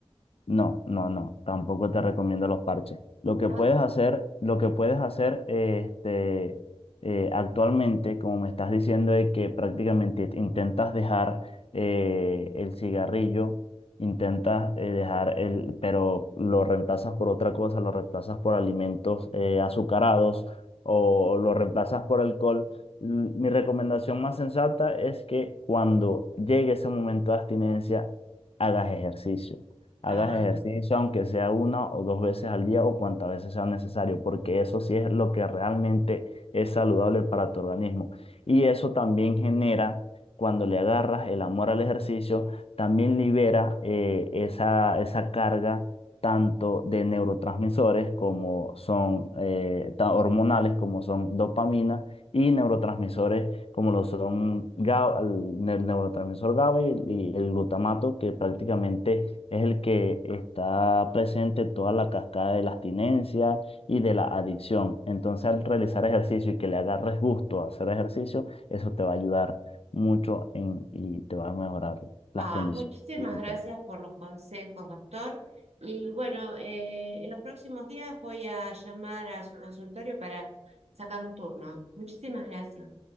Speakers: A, on the left (about 65°); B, on the right (about 85°).
A: No, no, no, tampoco te recomiendo los parches. Lo que
B: Ah,
A: puedes hacer, lo que puedes hacer, este, eh, actualmente, como me estás diciendo, es que prácticamente intentas dejar eh, el cigarrillo, intentas eh, dejar el, pero lo reemplazas por otra cosa, lo reemplazas por alimentos eh, azucarados o lo reemplazas por alcohol. L- Mi recomendación más sensata es que cuando llegue ese momento de abstinencia, hagas ejercicio hagas
B: Ah,
A: ejercicio, aunque sea una o dos veces al día o cuantas veces sea necesario, porque eso sí es lo que realmente es saludable para tu organismo. Y eso también genera, cuando le agarras el amor al ejercicio, también libera eh, esa, esa carga tanto de neurotransmisores como son eh, ta- hormonales, como son dopamina y neurotransmisores como lo son GA- el ne- neurotransmisor GABA y, y el glutamato, que prácticamente es el que está presente en toda la cascada de la abstinencia y de la adicción. Entonces, al realizar ejercicio y que le agarres gusto a hacer ejercicio, eso te va a ayudar mucho en, y te va a mejorar las
B: Ah,
A: condiciones
B: muchísimas
A: físicas.
B: gracias por los consejos, doctor. Y bueno, eh, en los próximos días voy a llamar a su consultorio para sacar un turno. Muchísimas gracias.